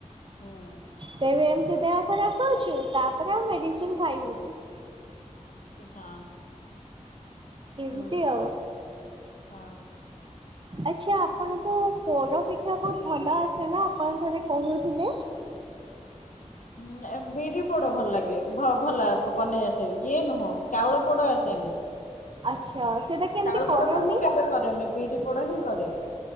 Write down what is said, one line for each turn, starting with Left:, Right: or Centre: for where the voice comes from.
Left: ହୁଁ।
Right: ତେବେ ଏମିତି ଦେହ ଖରାପ ହୋଉଚୁ ତାପରେ ଆଉ ମେଡିସିନ ଖାଇବୁନି।
Left: ହଁ
Right: ଏମିତି
Left: ହୁଁ
Right: ଆଉ
Left: ହଁ।
Right: ଆଚ୍ଛା ଆପଣଙ୍କୁ ପୋଡ ପି ଠା ବୋହୁତ ଭଲ ଆସେନା ଆପଣ ଥରେ କୋହୁଥିଲେ।
Left: ଉଁ ଏ ବିରି ପୋଡ ଭଲ ଲାଗେ। ଭ-ଭଲା ବନେଇ ଆସେ। ଇଏ ନୁହଁ ଚାଉଳ ପୋଡ ଆସେନି।
Right: ଆଚ୍ଛା ସେଟା କେମିତି
Left: ଚାଉଳ
Right: କରନ୍ତି?
Left: ପୋଡ ବା ମୁଁ କେବେ କରେନି ବିରି ପୋଡ ହିଁ କରେ।